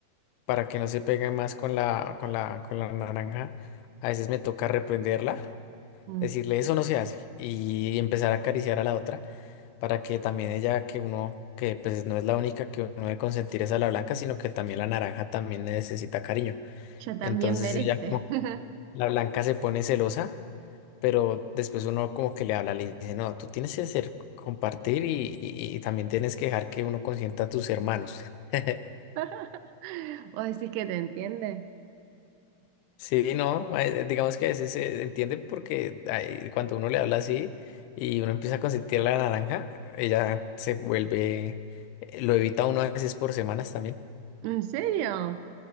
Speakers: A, on the left; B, on the right.
A: para que no se pegue más con la, con la, con la naranja. A veces me toca reprenderla.
B: mm,
A: decirle eso no se hace y empezar a acariciar a la otra para que también ella, que uno, que pues no es la única que uno debe consentir es a la blanca, sino que también la naranja también necesita cariño.
B: ella también
A: Entonces
B: merece.
A: ella como,
B: <laughs>
A: la blanca se pone celosa, pero después uno como que le habla, le dice, no, tú tienes que ser, compartir y, y y también tienes que dejar que uno consienta a tus hermanos. <laughs>
B: <laughs> ¿Vos decís que te entiende?
A: Sí, no, eh, eh, digamos que a veces se entiende porque ay, cuando uno le habla así y uno empieza a consentir la naranja, ella se vuelve, eh, lo evita uno a veces por semanas también.
B: ¿En serio?